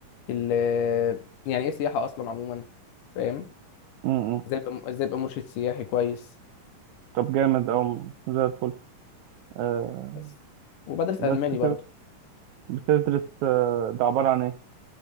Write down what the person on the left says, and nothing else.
ال- آه، يعني ايه سياحه اصلا عموما فاهم
ازاي ابقى ازاي ابقى مرشد سياحي كويس
بس وبدرس
الماني برضو